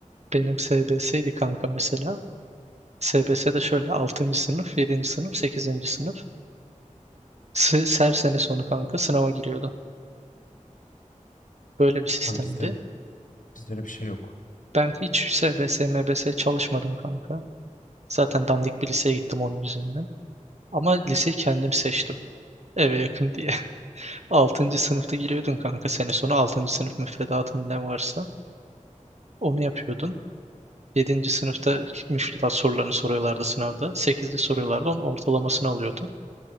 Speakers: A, on the right; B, on the left.
A: Benim SBS'ydi kanka mesela. SBS'de şöyle altıncı sınıf, yedinci sınıf, sekizinci sınıf. S her sene sonu kanka sınava giriyordu. Böyle bir sistemdi.
B: Lan bizde bizde öyle bir şey yok.
A: Ben hiç SBS, MBS çalışmadım kanka. Zaten dandik bir liseye gittim onun yüzünden. Ama liseyi kendim seçtim. Eve yakın diye. <laughs> altıncı sınıfta giriyordun kanka. Sene sonu altıncı sınıf müfredatın ne varsa onu yapıyordun. yedinci sınıfta müfredat sorularını soruyorlardı sınavda. sekizde soruyorlardı. Onun ortalamasını alıyordun.